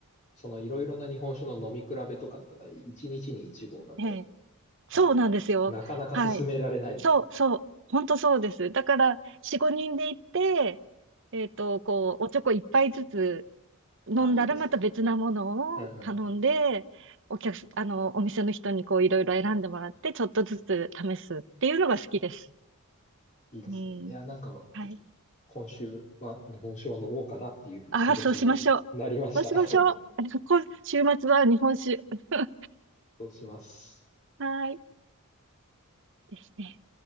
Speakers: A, on the left (about 35°); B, on the right (about 55°).
A: そのいろいろな日本酒の飲み比べとかっていうのは、1日に1合だと、
B: ええ。そうなんですよ。
A: あの、なかなか進められないですね。
B: はい。そう、そう。本当そうです。だから、4、5人で行って、えっと、こう、おちょこ一杯ずつ飲んだらまた別なものを頼んで、
A: ああ、いいですね。うんうん。
B: お客す、あの、お店の人にこういろいろ選んでもらって、ちょっとずつ試すっていうのが好きです。
A: いいですね。
B: うん。
A: いや、なんか、
B: はい。
A: 今週は日本酒を飲もうかなっていう気持ちになりました。
B: ああ、そうしましょう。そうしましょう。<laughs> こ週末は日本酒。<laughs>
A: <laughs> そうします。
B: はい。ですね。